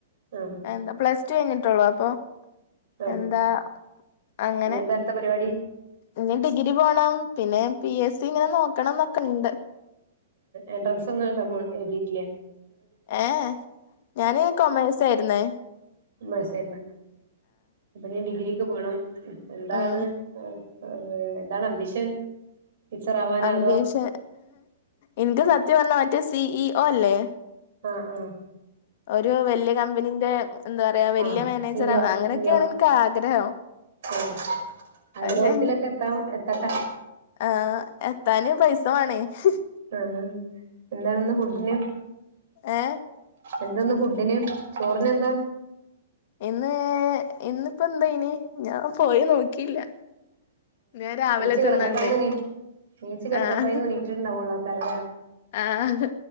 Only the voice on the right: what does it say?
ആഹ്
ആഹ്
ഇനി എന്താ അടുത്ത പരിപാടി
എൻട്രൻസ് ഒന്നും എഴുതഎഴുതിട്ടില്ല
മേഴ്സായിരുന്ന അപ്പൊ നീ ഡിഗ്രിക്ക് പോണം എന്താണ്
ഏർ എന്താണ് അംബിഷൻ ടീച്ചർ ആവാനോ
അതോ
ആഹ് ആഹ
ആഹ്
C O
C O
ആഹ് ആഗ്രഹത്തിലൊക്കെ
എത്താൻ എത്തട്ടെ
ആ എന്താണിന്ന് ഫുഡിന്
എന്താ ഇന്ന് ഫുഡിന് ചോറിന് എന്താ
മീച്ച കിടക്കപ്പായെ
എണി മീച്ച കിടക്കപ്പായന്ന്
നീട്ടിണ്ടാവൂള്ള <unintelligible>